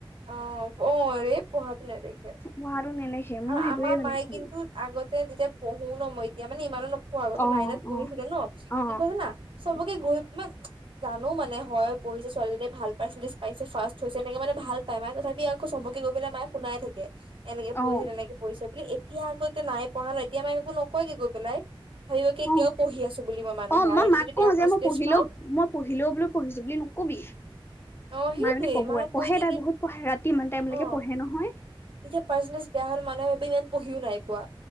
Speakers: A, on the right; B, on the left.
A: অঁ অৰে পহাত নেদেখে।
B: পঢ়াটো নেদেখে মোৰ
A: আৰু
B: সেইটোৱে
A: আমাৰ
B: মানে
A: মায়ে
B: খং।
A: কিন্তু আগত তেতিয়া পহু ন যি এতিয়া মানে ইমানো নোখোৱা আগতে
B: অ',
A: নাইনত পঢ়িছিলে
B: অ',
A: ন,
B: অ',
A: কি কৈ যানা চবকে গৈ-মানে জানোঁ মানে হয় পঢ়িছে, ছোৱালীজনীয়ে ভাল পাৰ্চেণ্টেজ পাইছে, ফাৰষ্ট হৈছে, এনেকে মানে ভাল পায়। মায়ে তথাপি আকৌ চবকে গৈ পেলাই মায়ে শুনাই থাকে। কৰিছে
B: অ',
A: তেনেকে কৰিছে বুলি ঠিয়া আগতে নাই পঢ়া নই এতিয়া মাইক একো নকয়গে গৈ পেলাই। ভাবিব কি এতিয়াও
B: অ',
A: পঢ়ি আছো বুলি মানুহে
B: অ',
A: আৰু
B: মই
A: এতিয়া
B: মাক
A: যদি
B: কওঁ
A: বেয়া
B: যে
A: পাৰ্চেন্টেজ
B: মই পঢ়িলেও,
A: পাওঁ
B: মই পঢ়িলেও বোলো পঢ়িছো বুলি নক'বি।
A: অ সেইটোয়ে
B: মায়ে মানে ক'বয়ে, পঢ়ে
A: কৈ দিয়ে
B: তাই
A: কি
B: বহুত পঢ়ে, ৰাতি ইমান টাইমলৈকে
A: অ
B: পঢ়ে নহয়।
A: এতিয়া পাৰ্চেণ্টেজ বেয়া হ'লে মানুহে ভাবে ইমান পঢ়িও নাই পোৱা।